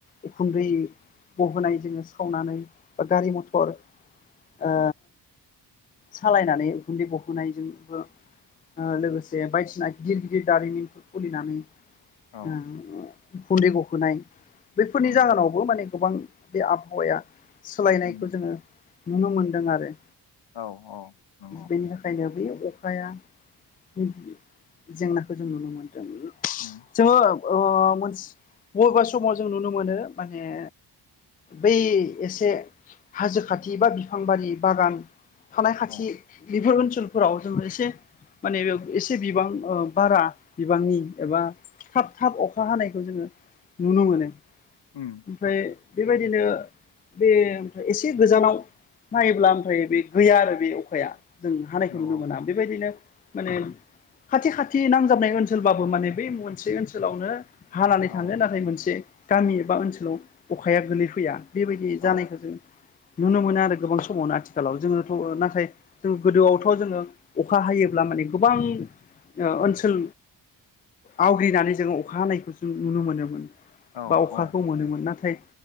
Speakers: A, on the left (about 20°); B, on the left (about 80°).
A: उखुन्दै गबोनाय जोङो सावनानै बा गारि मथर
B: उम
A: ओ सालायनानै उखुन्दै गहोनायजोंबो ओ लोगोसे बायदिसिना गिदिर गिदिर दारिमिनफोर खुलिनानै
B: औ
A: ओ उखुन्दै गहोनाय बैफोरनि
B: उम
A: जाहोनावबो माने गोबां बे आबहावाया सोलायनायखौ
B: उम
A: जोङो नुनो मोनदों आरो।
B: औ औ। नंगौ
A: बेनि थाखायनो बै अखाया जेंनाखौ जों नुनो मोनदों।
B: उम
A: जोङो ओ मोनस बबेबा समाव जों नुनो मोनो माने बै एसे हाजो खाथि बा बिफांबारि बागान थानाय खाथि
B: औ
A: बेफोर ओनसोलफोराव जोङो एसे माने बेव एसे बिबां ओ बारा बिबांनि एबा थाब थाब अखा हानायखौ जोङो नुनो मोनो।
B: उम
A: ओमफ्राय बेबायदिनो बे ओमफ्राय एसे गोजानाव नायोब्ला ओमफ्राय बे गैया आरो बे अखाया। जों हानायखौ
B: नंगौ
A: नुनो मोना बेबायदिनो माने खाथि खाथि नांजाबनाय ओनसोलबाबो माने बै मनसे ओनसोलावनो हालानै
B: औ
A: थाङो नाथाय मोनसे गामि एबा ओनसोलाव अखाया गोलैफैया बिबायदि
B: औ
A: जानायखो जों नुनो मोनो आरो गोबां समावनो आथिखालाव जोङोथ' ओ नाथाय जों गोदोआवथ' जोङो अखा हायोब्ला माने गोबां ओ ओनसोल आवग्रिनानै जोङो अखा हानायखौ जों नुनो मोनोमोन
B: औ
A: बा अखाखौ
B: औ
A: मोनोमोन नाथाय